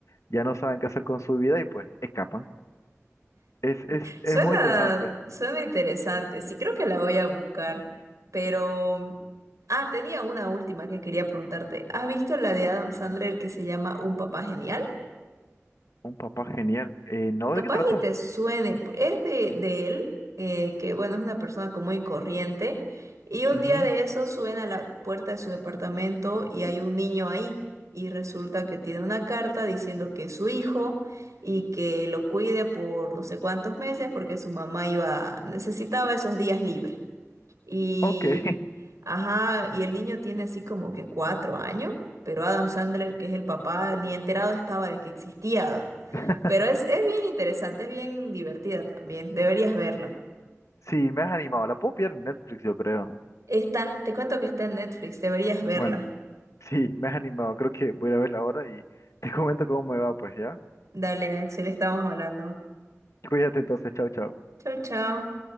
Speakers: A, on the left (about 75°); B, on the right (about 85°).
A: ya no saben qué hacer con su vida y pues escapan. Es, es,
B: Suena,
A: es muy interesante.
B: suena interesante. Sí, creo que la voy a buscar. Pero... Ah, tenía una última que quería preguntarte. ¿Has visto la de Adam Sandler que se llama Un papá genial?
A: Un papá genial. Eh, ¿no?
B: Capaz
A: ¿De qué trata?
B: y te suene, es de, de él, eh, que bueno, es una persona común y corriente, y un
A: Ujú.
B: día de eso suena a la puerta de su departamento y hay un niño ahí, y resulta que tiene una carta diciendo que es su hijo y que lo cuide por no sé cuántos meses porque su mamá iba, necesitaba esos días libres. Y,
A: Ok. <laughs>
B: ajá, y el niño tiene así como que cuatro años, pero Adam Sandler, que es el papá, ni enterado estaba de que existía.
A: <laughs>
B: Pero es, es bien interesante, es bien divertida también, deberías verla.
A: Sí, me has animado. La puedo pillar en Netflix, yo creo.
B: Está, te cuento que está en Netflix, deberías verla.
A: Bueno, sí, me has animado. Creo que voy a ir a verla ahora y te comento cómo me va, pues, ¿ya?
B: Dale, Axel, estamos hablando.
A: Cuídate entonces, chao, chao.
B: Chao, chao.